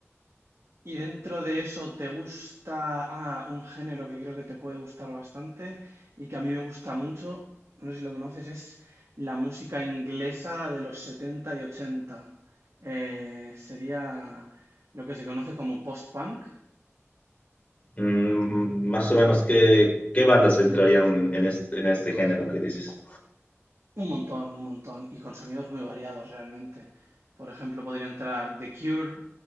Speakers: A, on the right; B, on the left.
A: Y dentro de eso, ¿te gusta ah, un género que creo que te puede gustar bastante y que a mí me gusta mucho? No sé si lo conoces, es la música inglesa de los 70 y 80. Eh, sería lo que se conoce como post-punk.
B: Mm, más o menos, ¿qué, qué bandas entrarían en este, en este género que dices?
A: Un montón, un montón, y con sonidos muy variados realmente. Por ejemplo, podría entrar The Cure,